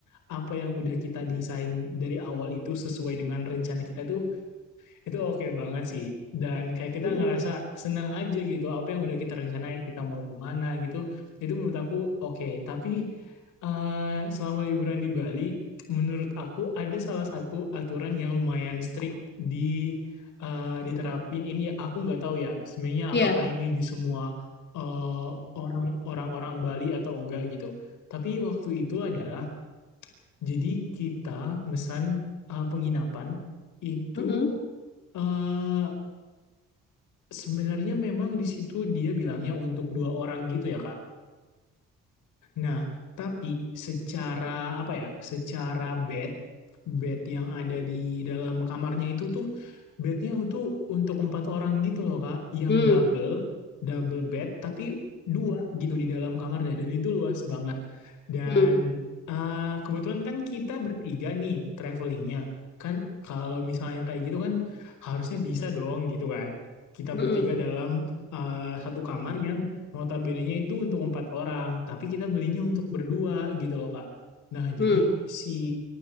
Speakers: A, on the left; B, on the left.
A: apa yang udah kita desain dari awal itu sesuai dengan rencana kita tuh itu oke banget sih. Dan kayak kita
B: mhm.
A: ngerasa senang aja gitu. Apa yang udah kita rencanain, kita mau kemana gitu. Itu menurut aku oke. Tapi eh, selama liburan di Bali, menurut aku ada salah satu aturan yang lumayan strict di eh, diterapin. Ini aku nggak tahu ya. Sebenarnya
B: Iya.
A: apakah ini di semua eh, orang orang-orang Bali atau enggak gitu. Tapi waktu itu adalah jadi kita mesan eh, penginapan itu
B: Mhm.
A: eh, sebenarnya memang di situ dia bilangnya untuk dua orang gitu ya kak Nah, tapi secara apa ya? Secara bed, bed yang ada di dalam kamarnya itu tuh bednya itu untuk empat orang gitu loh kak, yang
B: Mhm.
A: double, double bed, tapi dua gitu di dalam kamarnya dan itu luas banget. Dan
B: Mhm.
A: eh, kebetulan kan kita bertiga nih travelingnya, kan kalau misalnya kayak gitu kan harusnya bisa dong gitu kan. Kita
B: Mhm.
A: bertiga dalam eh, satu kamar yang notabene-nya itu untuk empat orang, tapi kita belinya untuk berdua gitu loh Kak. Nah, jadi
B: Mhm.
A: si